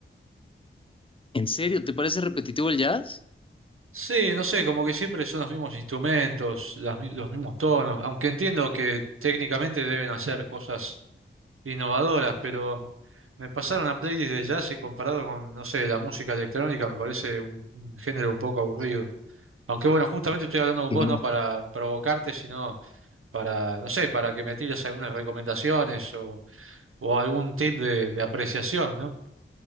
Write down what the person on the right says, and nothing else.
Sí, no sé, como que siempre son los mismos instrumentos, las mi- los mismos tonos, aunque entiendo que técnicamente deben hacer cosas innovadoras, pero me pasaron a playlist de jazz y comparado con, no sé, la música electrónica me parece un, un género un poco aburrido. Aunque bueno, justamente estoy hablando con
vos no para provocarte, sino para, no sé, para que me tires algunas recomendaciones o o algún tip de, de apreciación, ¿no?